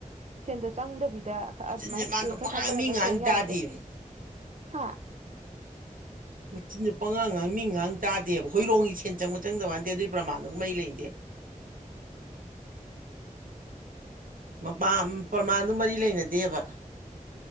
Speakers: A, on the right; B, on the right.
A: ꯁꯦꯟꯗ ꯆꯪꯗꯕꯤꯗ ꯗ
B: ꯃꯆꯤꯟꯁꯦ
A: ꯑꯗꯨꯃꯥꯏꯅ
B: ꯃꯥꯅ
A: ꯏꯁꯀꯤꯜ
B: ꯄꯉꯥꯡ
A: ꯈꯔ ꯊꯥꯗꯔꯒ
B: ꯃꯤ ꯉꯥꯡ
A: ꯊꯣꯡ
B: ꯇꯥꯗꯦꯅꯦ
A: ꯌꯥꯕꯗꯣ ꯍꯥꯦ
B: ꯃꯆꯤꯟꯗꯨ ꯄꯉꯥꯡ ꯉꯍꯥꯡ ꯃꯤ ꯉꯥꯏꯍꯥꯡ ꯇꯥꯗꯦꯕ ꯍꯣꯏꯔꯣꯡꯒꯤ ꯁꯦꯟ ꯆꯪꯕ ꯆꯪꯗꯕ ꯃꯗꯦ ꯑꯗꯨꯏ ꯄ꯭ꯔꯃꯥꯟꯒ ꯃꯩ ꯂꯩꯗꯦ ꯃꯄꯥ ꯄ꯭ꯔꯃꯥꯟꯗꯨ ꯃꯔꯤ ꯂꯩꯅꯗꯦꯕ